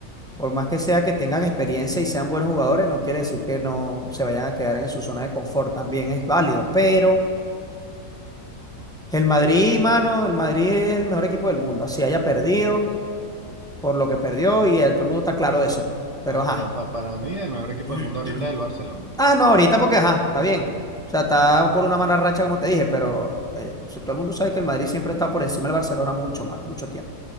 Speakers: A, in the centre; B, on the right (about 30°).
A: por más que sea que tengan experiencia y sean buenos jugadores, no quiere decir que no se vayan a quedar en su zona de confort, también es válido, pero el Madrid, mano, el Madrid es el mejor equipo del mundo, así haya perdido. por lo que perdió y el, todo el mundo está claro de eso, pues. Pero
B: No,
A: ajá.
B: para, pa- para mí, el mejor equipo
A: <clears throat>
B: del mundo ahorita es el Barcelona.
A: Ah, no, ahorita porque ajá, está bien. O sea, está por una mala racha, como te dije, pero eh, si todo el mundo sabe que el Madrid siempre ha estado por encima del Barcelona mucho, más, mucho tiempo.